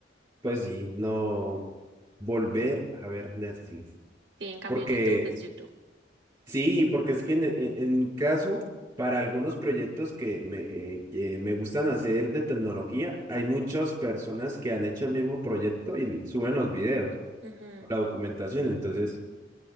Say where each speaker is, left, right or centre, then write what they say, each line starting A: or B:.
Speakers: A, on the right; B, on the right.
A: Pues sí, no volver a ver Netflix.
B: Sí, en cambio
A: Porque
B: YouTube es YouTube.
A: Sí, porque es que en, en- en mi caso, para algunos proyectos que me, eh, que me gustan hacer de tecnología, hay muchas personas que han hecho el mismo proyecto y suben los videos,
B: Ujú.
A: la documentación, entonces,